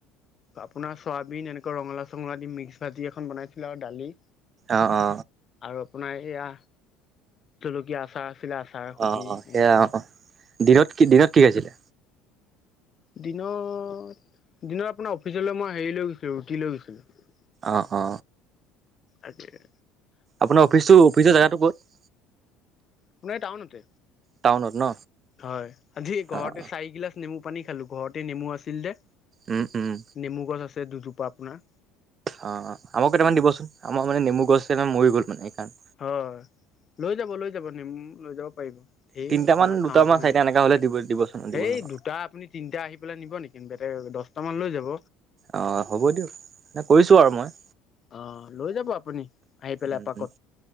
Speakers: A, on the left; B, on the right.
A: আপোনাৰ চয়াবিন এনেকুৱা ৰঙালা চঙলা দি মিক্স ভাজি এখন বনাইছিলো আৰু দালি।
B: অ অ।
A: আৰু আপোনাৰ এইয়া জলকীয়া আচাৰ। আছিলে আচাৰ সতি
B: অ অ সেয়া
A: এনেকুৱা
B: অ অ দিনত কি দিনত কি আছিলে।
A: দিনত দিনত আপোনাৰ অফিচলৈ মই হেৰি লৈ গৈছিলো ৰুটি লৈ গৈছিলো।
B: অ অ।
A: আতচ্ছা
B: আপোনাৰ অফিচটো অফিচৰ জেগাতটো ক'ত।
A: আপোনাৰ এই টাউনতে
B: টাউনত ন
A: হয় আজি ঘৰতে
B: অ অ
A: চাৰিগিলাচ নেমু পানী খালো। ঘৰতে নেমু আছিল দে
B: উম উম
A: নেমু গছ আছে দুজোপা আপোনাৰ।
B: অ আমাকো এটামান দিবচোন আমাৰ মানে নেমু গছ মৰি গ'ল মানে। সেইকাৰণে
A: হয়। লৈ যাব লৈ যাব নিম লৈ যাব পাৰিব ধেৰ
B: তিনিটামান
A: মই
B: দুটামান
A: খাওঁতে
B: চাৰিটা
A: নাই।
B: এনেকা হ'লে দিব দিবচোন দিবচোন
A: সেই দুটা আপুনি তিনিটা আহি পেলাই নিব নেকি দহটা মান লৈ যাব।
B: অ হ'ব দিয়ক ম কৰিছোঁ আৰু মই।
A: অ লৈ যাব আপুনি আহি পেলাই
B: উ
A: এপাকত